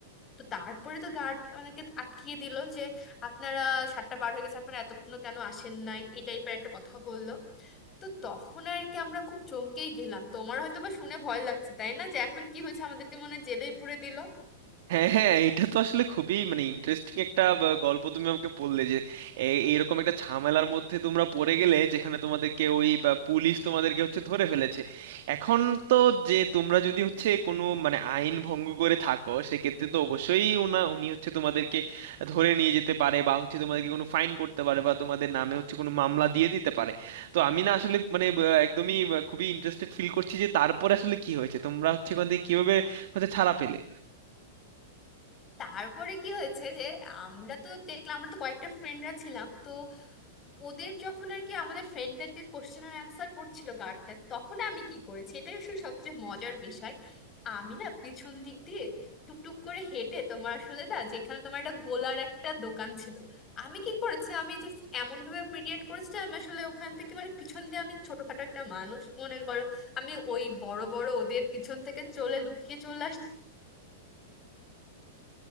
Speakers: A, on the left; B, on the right.
A: তো তারপরে তো গার্ড আমাদেরকে আটকিয়ে দিল যে আপনারা সাতটা পার হয়ে গেছে আপনারা এতক্ষণও কেন আসেন নাই এই টাইপের একটা কথা বললো তো তখন আর কি আমরা খুব চমকেই গেলাম তোমার হয়তো বা শুনে ভয় লাগছে তাই না যে এখন কি হয়েছে আমাদেরকে মনে হয় জেলেই পুরে দিল
B: হ্যাঁ হ্যাঁ এটা তো আসলে খুবই মানে ইন্টারেস্টিং একটা ব- গল্প তুমি আমাকে বললে যে এ- এইরকম একটা ঝামেলার মধ্যে তোমরা পড়ে গেলে যেখানে তোমাদেরকে ওই বা পুলিশ তোমাদেরকে হচ্ছে ধরে ফেলেছে এখন তো যে তোমরা যদি হচ্ছে কোনো মানে আইন ভঙ্গ করে থাকো সেক্ষেত্রে তো অবশ্যই উনা উনি হচ্ছে তোমাদেরকে ধরে নিয়ে যেতে পারে বা হচ্ছে তোমাদেরকে কোনো ফাইন করতে পারে বা তোমাদের নামে হচ্ছে কোনো মামলা দিয়ে দিতে পারে তো আমি না আসলে মানে ব- একদমই ব- খুবই ইন্টারেস্টেড ফিল করছি যে তারপর আসলে কি হয়েছে তোমরা হচ্ছে ওখান থেকে কিভাবে হচ্ছে ছাড়া পেলে
A: তারপরে কি হয়েছে যে আমরা তো দেখলাম আমরা তো কয়েকটা ফ্রেন্ডরা ছিলাম তো ওদের যখন আর কি আমাদের ফ্রেন্ডদেরকে কোশ্চেন আর অ্যান্সার করছিল গার্ডটা তখন আমি কি করেছি এটাই আসলে সবচেয়ে মজার বিষয় আমি না পিছন দিক দিয়ে টুকটুক করে হেঁটে তোমার আসলে না যেখানে তোমার একটা গোলার একটা দোকান ছিল আমি কি করেছি আমি যে এমন ভাবে প্রিটেন্ড করেছি যে আমি আসলে ওখান থেকে মানে পিছন দিয়ে আমি ছোটখাটো একটা মানুষ মনে করো আমি ওই বড় বড় ওদের পিছন থেকে চলে লুকিয়ে চলে আসছি